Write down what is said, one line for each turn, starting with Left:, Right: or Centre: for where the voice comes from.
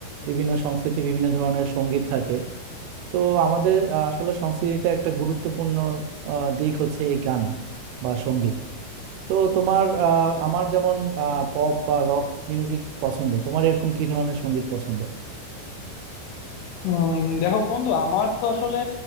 Right: বিভিন্ন সংস্কৃতি বিভিন্ন ধরনের সঙ্গীত থাকে তো আমাদের আহ, আসলে সংস্কৃতিতে একটা গুরুত্বপূর্ণ আহ, দিক হচ্ছে এই গান বা সঙ্গীত তো তোমার আহ, আমার যেমন পপ বা রক মিউজিক পছন্দ তোমার এরকম কি ধরনের সঙ্গীত পছন্দ
Left: উম দেখো বন্ধু আমার তো আসলে